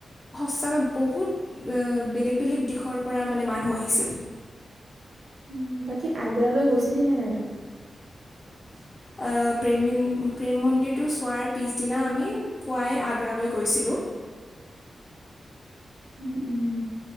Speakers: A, on the left (about 20°); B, on the right (about 55°).
A: সঁচাকৈ বহুত এ বেলেগ বেলেগ দেশৰ পৰা মানে মানুহ আহিছিল
B: উম বাকী আগ্ৰালৈ গৈছিলি নে নাই তই <unintelligible>
A: আ প্ৰেম ম প্ৰেম মন্দিৰটো চোৱাৰ পিছদিনা আমি পুৱাই আগ্ৰালৈ গৈছিলোঁ
B: উম, উম।